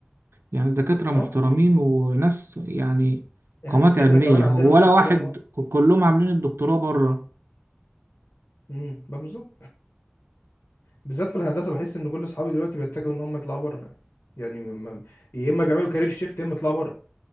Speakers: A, on the right; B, on the left.
A: يعني الدكاترة محترمين
B: اه
A: وناس يعني قامات
B: احنا
A: علمية
B: احنا كمان عندنا
A: ولا
B: نفس الكلام
A: واحد
B: اه
A: كلهم عاملين الدكتوراه بره
B: امم بالظبط بالذات في الهندسه بحس ان كل اصحابي دلوقتي بيتجهوا ان هم يطلعوا بره يعني م- م- يا اما بيعملوا كارير شيفت يا اما يطلعوا بره